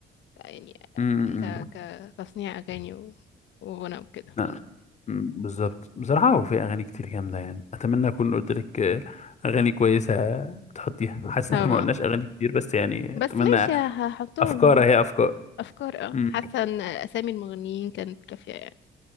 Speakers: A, on the left; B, on the left.
A: يعني
B: امم
A: ك... كتصنيع أغاني و... وغنى وكده
B: لا أمم، بالظبط بصراحة هو في أغاني كتير جامدة يعني أتمنى أكون قلت لك آه، أغاني كويسة تحطيها <laughs> حاسس
A: طبعا
B: إن إحنا ما قلناش أغاني كتير بس يعني
A: بس
B: أتمنى
A: ماشي هحطهم
B: أفكار
A: هحط
B: هي أفكار
A: أفكار اه
B: أمم،
A: حاسة ان أسامي المغنيين كانت كافية يعني